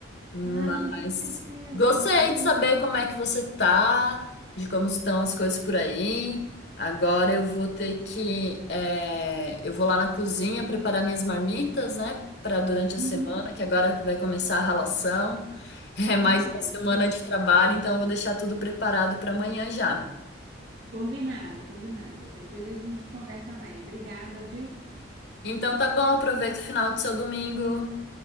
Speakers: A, on the left; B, on the right.
A: Mas
B: Ah, não, com certeza.
A: gostei
B: Aí você
A: de saber
B: me.
A: como é que você tá, de como estão as coisas por aí. Agora eu vou ter que, eh, eu vou lá na cozinha preparar minhas marmitas, né, para durante
B: Uhum.
A: a semana, que agora vai começar a ralação. <laughs> É
B: Ah,
A: mais uma
B: é.
A: semana de trabalho, então eu vou deixar tudo preparado para amanhã já.
B: Combinado, combinado. Depois a gente conversa mais. Obrigada, viu?
A: Então tá bom, aproveita o final do seu domingo.